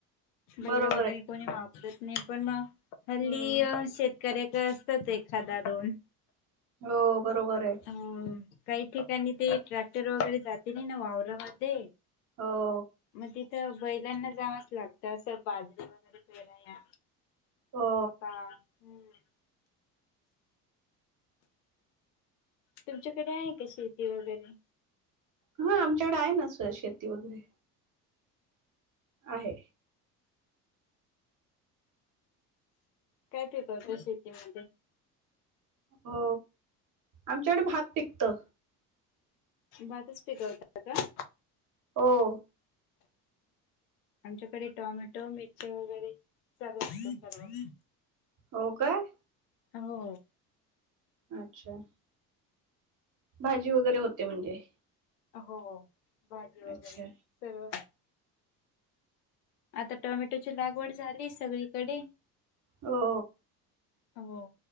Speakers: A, on the left; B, on the right.
A: बैल
B: बरोबर
A: वगैरे
B: आहे
A: कोणी वापरत नाही पण म. हल्ली
B: हम्म
A: अ शेतकऱ्याकं असततं एखादा दोन.
B: हो बरोबर आहे.
A: अ काही ठिकाणी ते ट्रॅक्टर वगैरे जाती नाही ना वावरामध्ये.
B: हो!
A: म तिथं बैलांना जावांच लागतं असं बाजरीे वगैरे पेराया.
B: हो
A: मका हूं! तुमच्या कडे आहे का शेती वगैरे
B: मं आमच्याकडे आहे ना सं शेती वगैरे आहे.
A: काय पिकवता शेतीमध्ये?
B: हो आमच्याकडे भात पिकतं.
A: भातच पिकवता का?
B: हो!
A: आमच्याकडे टॉमॅटो, मिरच्यां वगैरे चालू असत सर्व.
B: हो काय!
A: हो!
B: अच्छा भाजी वगैरे होते म्हणजे.
A: हो भाजी वगैरे
B: अच्छा
A: सगळ आता टोमॅटोची लागवड झाली सगळीकडे.
B: हो
A: हो